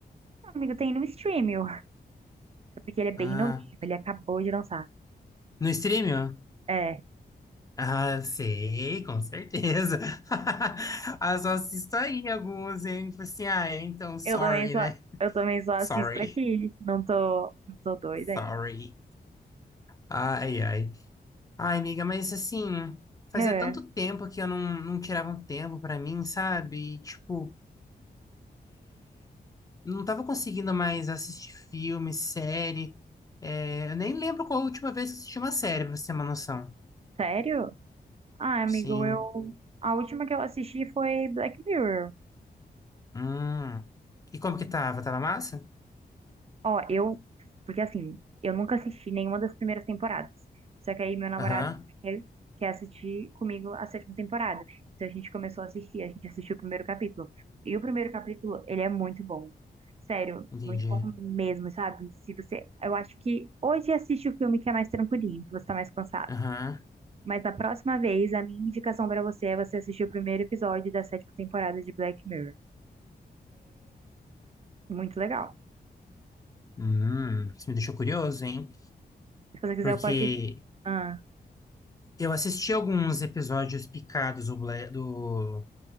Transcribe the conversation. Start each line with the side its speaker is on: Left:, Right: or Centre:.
Right: amigo, tem no stream, ó. <laughs> é porque ele é bem
Left: Ah,
Right: novinho, ele acabou de lançar.
Left: no streaming? Ó?
Right: É,
Left: Ah, sei, com certeza. <laughs> Ah, só assisto aí alguns, hein? Tipo assim, ah, é, então, sorry,
Right: eu também só,
Left: né?
Right: eu também só
Left: Sorry.
Right: assisto aqui. Não tô, não tô doida ainda.
Left: Sorry. Ai, ai. Ai, amiga, mas assim, fazia
Right: É,
Left: tanto tempo que eu não, não tirava um tempo pra mim, sabe? E, tipo, não tava conseguindo mais assistir filme, série. É, eu nem lembro qual a última vez que assisti uma série, pra você ter uma noção.
Right: sério? Ah, amigo,
Left: Sim.
Right: eu. A última que eu assisti foi Black Mirror.
Left: Hum. E como que tava? Tava massa?
Right: Ó, eu. Porque assim, eu nunca assisti nenhuma das primeiras temporadas. Só que aí meu namorado
Left: Aham,
Right: quer, quer assistir comigo a sétima temporada. Então a gente começou a assistir, a gente assistiu o primeiro capítulo. E o primeiro capítulo, ele é muito bom. Sério,
Left: entendi.
Right: muito bom mesmo, sabe? Se você. Eu acho que hoje assiste o filme que é mais tranquilinho, que você tá mais cansado.
Left: Aham.
Right: Mas na próxima vez, a minha indicação pra você é você assistir o primeiro episódio da sétima temporada de Black Mirror. Muito legal.
Left: Hum, isso me deixou curioso, hein?
Right: Se você quiser,
Left: Porque
Right: eu posso te. Ah.
Left: eu assisti alguns episódios picados do, Bla- do,